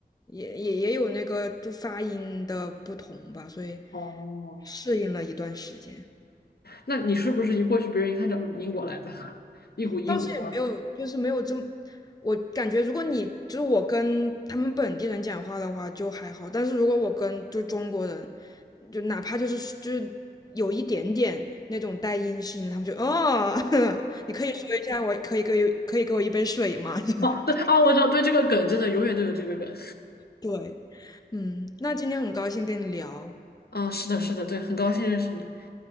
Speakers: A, on the left; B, on the left.
A: 也也也有那个就发音的不同吧，所以
B: 哦，
A: 适应了一段时间。
B: 那你是不是一过去，别人一看就嗯英国来的，<laughs> 一股英国味儿？
A: 倒是也没有，就是没有这么，我感觉如果你就是我跟他们本地人讲话的话就还好，但是如果我跟就中国人，就哪怕就是就是有一点点那种带阴湿音的，他们就哦，<laughs> 你可以说一下，我可以给可以给我一杯水吗？<laughs>
B: 哦，对啊，我知道，对这个梗真的永远都有这个梗。
A: 对，嗯，那今天很高兴跟你聊，
B: 嗯，是的，是的，对，很高兴认识你。